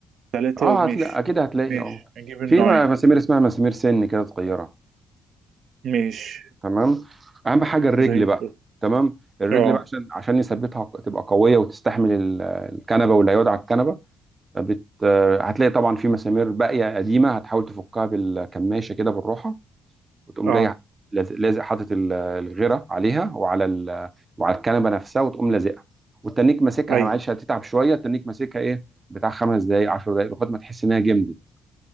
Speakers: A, on the right (about 70°); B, on the right (about 30°).
A: ثلاثة
B: اه
A: وماشي
B: هتلاقي اكيد هتلاقي
A: ماشي
B: اه
A: اجيب النوعين
B: في م- مسامير اسمها مسامير سن كده صغيره
A: ماشي
B: تمام اهم حاجه الرجل
A: زي الفل
B: بقى تمام الرجل
A: اه
B: بقى عشان عشان يثبتها ق- تبقى قويه وتستحمل ال- الكنبه واللي هيقعد على الكنبه بت... آه، هتلاقي طبعا في مسامير باقيه قديمه هتحاول تفكها بالكماشه كده بالروحه وتقوم
A: اه
B: جاي لاز- لازق حاطط ال- الغيره عليها وعلى ال- وعلى الكنبه نفسها وتقوم لازقها والتنيك ماسكها
A: ايوه
B: معلش هتتعب شويه التنيك ماسكها ايه بتاع خمس دقائق 10 دقائق لغايه ما تحس انها جمدت